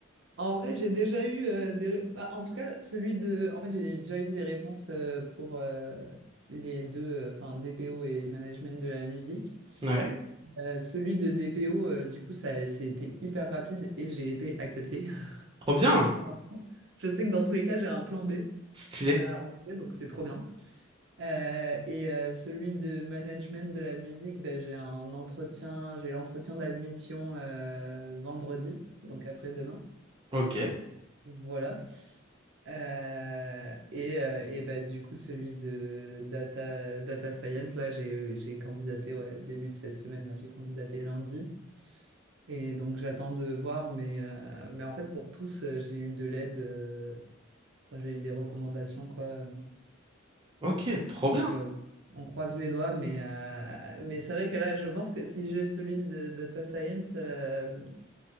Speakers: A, on the right; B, on the right.
A: En vrai, j'ai déjà eu euh, des... ré- bah, en tout cas, celui de... En fait, j'ai déjà eu des réponses euh, pour euh, les deux, euh, enfin, DPO et management de la musique.
B: Ouais.
A: Euh, celui de DPO, euh, du coup, ça, c'était hyper rapide et j'ai été acceptée.
B: Trop bien.
A: <laughs> Donc, pour l'instant, je sais que dans tous les cas, j'ai un plan B
B: Stylé.
A: à la rentrée, donc c'est trop bien. Euh, et euh, celui de management de la musique, ben, j'ai un entretien, j'ai l'entretien d'admission euh, vendredi, donc après-demain.
B: Ok.
A: Voilà. Euh, et, euh, et bah, du coup, celui de data, data science, là, j'ai, j'ai candidaté ouais, début de cette semaine, là, j'ai candidaté lundi. Et donc, j'attends de voir, mais, euh, mais en fait, pour tous, euh, j'ai eu de l'aide, euh, enfin, j'ai eu des recommandations, quoi.
B: Ok, trop bien.
A: Donc, euh, on croise les doigts, mais, euh, mais c'est vrai que là, je pense que si j'ai celui de data science, euh, je